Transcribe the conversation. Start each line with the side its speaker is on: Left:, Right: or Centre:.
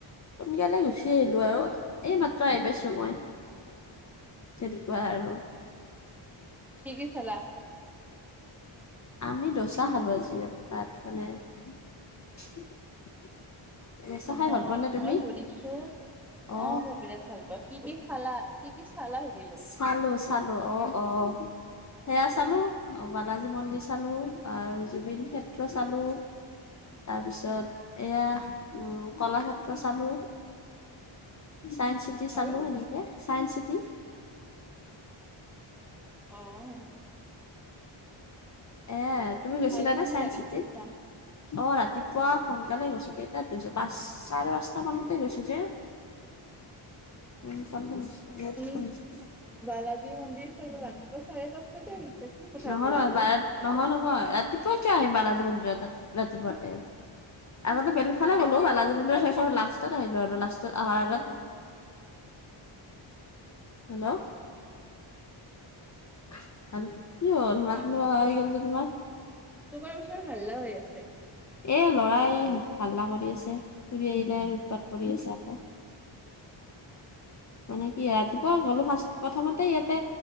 Left: সোনকালে গুচি আহিলো আৰু, এই মাত্ৰ আহি পাইছো মই। তেনেকুৱা আৰু।
Centre: কি কি চালা।
Left: আমি দচা খালো আজি তাত মানে- <unintelligible> দচা
Centre: নহয়
Left: খাই ভাল পোৱা নে তুমি
Centre: মই সুধিছোঁ
Left: অ
Centre: অঁ মই বিৰাট- ভাল পাওঁ, কি কি চালা কি কি চালা সুধিলোঁ।
Left: চালো চালো অঁ অঁ সেয়া চালোঁ বালাজী মন্দিৰ চালোঁ আৰু জুবিন ক্ষেত্ৰ চালোঁ। তাৰপিছত এয়া কলাক্ষেত্ৰ চালো। চায়ন্স চিটি চালো
Centre: আৰু
Left: এনেকে চায়ন্স চিটি।
Centre: অঁঔ
Left: এ তুমি গৈছিলানে
Centre: ভালেখিনি
Left: চাইন্স
Centre: জেগা
Left: চিটিত?
Centre: চাইছা
Left: অ, ৰাতিপুৱা সোনকালে গৈছো কেইটাত গৈছো পাঁচ চাৰে পাঁচটা মানতে গৈছো যে।
Centre: <inaudible>
Left: <unintelligible>
Centre: উম,
Left: শুনিছোঁ।
Centre: বালাজী মন্দিৰ চুন ৰাতিপুৱা চাৰেপাঁচটা তে আহিছে কি কথা
Left: নহয়
Centre: কোৱা
Left: নহয় বাৰত
Centre: অ?
Left: নহয়- নহয় ৰাতিপুৱা কিয় আহিম বালাজী মন্দিৰত ৰাত -ৰাতিপুৱাতে? আগতে বেলেগফালে গলো বালাজী মন্দিৰৰ সেইখন লাষ্টত আহিলো আৰু লাষ্টত আহাৰ আগত হেল্ল', <unintelligible> কি হ'ল মাত
Centre: কোৱা
Left: নোহোৱা আহি গল যে তোমাৰ?
Centre: তোমাৰ ওচৰত হাল্লা হৈ আছে?
Left: এ ল'ৰায়ে হাল্লা কৰি আছে ফুৰি আহিলে উটপাত কৰি আছে আকৌ। মানে কি ৰাতিপুৱা গ'লো ফাৰ্ষ্ট প্ৰথমতে ইয়াতে